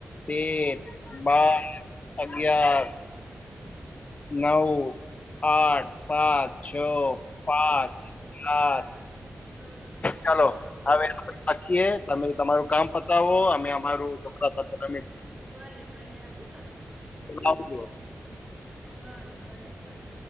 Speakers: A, on the left (about 40°); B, on the right (about 25°).
A: તેર બાર
B: હા હા
A: ગયાર
B: સારું જ
A: નવ આઠ સાત છ પાંચ સાત
B: ચાર ત્રણ
A: ચાલો
B: બે
A: આવે
B: એક
A: કે તમે તમારું કામ પતાવો અમે અમારો છોકરા સાથે રમે
B: ભલે ભલે શું કર
A: આવજો
B: ભલે ભલે ચાલ <inaudible>